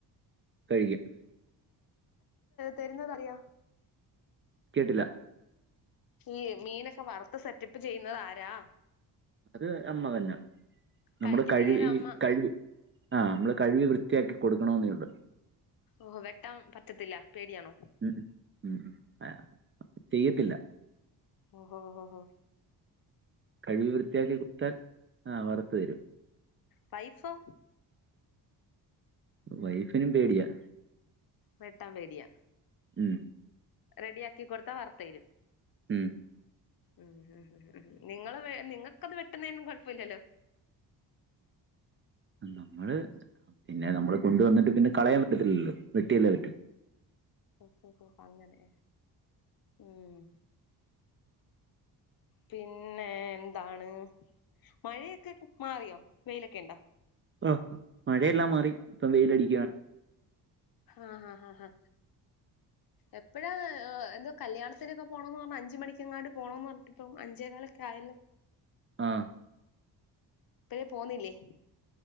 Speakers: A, on the right; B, on the left.
A: കഴിക്കും
B: തരുന്നതറിയ
A: കേട്ടില്ല
B: ഈ മീനൊക്കെ വറുത്ത് സെറ്റപ്പ് ചെയ്യുന്നത് ആരാ
A: അത് അമ്മ തന്നെ നമ്മള്
B: കഴിക്കത്തില്ലേലും
A: കഴ്‌വി ഈ
B: അമ്മ
A: കഴവി ആഹ് നമ്മള് കഴുകി വൃത്തിയാക്കി കൊടുക്കണെന്നേ യുള്ളൂ
B: ഓഹ് വെട്ടാൻ പറ്റത്തില്ല പേടിയാണോ
A: ഉം ഉം ആഹ് ചെയ്യത്തില്ല
B: ഓഹ് ഓഹ്
A: കഴുകി വൃത്തിയാക്കി കൊത്താൻ ആഹ് വറുത്തു തരും
B: വൈഫോ
A: വൈഫിനും പേടിയാ
B: വെട്ടാൻ പേടിയാ
A: ഉം
B: റെഡിയാക്കി കൊടുത്താ വാർത്തെ രും
A: ഉം
B: ഉം ഉം ഉം നിങ്ങള് നിങ്ങൾക്കത് വെട്ടുന്നെ ന്നും കുഴപ്പമില്ലല്ലോ
A: നമ്മള് പിന്നെ നമ്മള് കൊണ്ട് വന്നിട്ട് പിന്നെ കളയാൻ പറ്റത്തില്ലല്ലോ വെട്ടിയല്ലേ പറ്റു
B: ഓഹ് ഓഹ് ഓഹ് അങ്ങനെ ഉം പിന്നെ എന്താണ് മഴയൊക്കെ മാറിയോ വെയിലൊക്കെണ്ടാ
A: ആഹ് മഴയെല്ലാം മാറി ഇപ്പം വെയ്ലടി
B: ഉം ആഹ് ആഹ് എപ്പഴാതു കല്യാണത്തിനൊക്കെ പോണം ന്ന് പറഞ്ഞ അഞ്ച് മണിക്കെങ്ങാട്ട പോണംന്ന് പറഞ്ഞട്ട ഇപ്പം അഞ്ചേ കാലൊക്കെ ആയല്ലോ
A: ആഹ്
B: ഇപ്പഴെ പോന്നില്ലേ